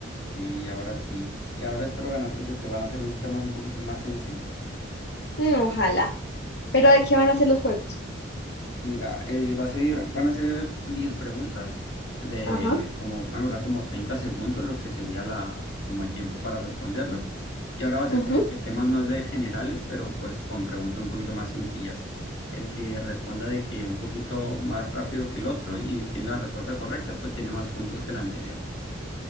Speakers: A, on the left; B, on the left.
A: Sí, ahora sí. Y ahora espero ganarte porque van a ser un, temas un poquito más sencillos.
B: Mm, ojalá. ¿Pero de qué van a ser los juegos?
A: Mira, eh, va a ser- van a ser 10 preguntas de
B: Ajá.
A: como, van a durar como 30 segundos, lo que sería la, como el tiempo para responderlas. Y ahora va a ser
B: ujú.
A: como que temas más de generales, pero pues con preguntas un poquito más sencillas. El que responda de que un poquito más rápido que el otro y tiene la respuesta correcta, pues tiene más puntos que la anterior.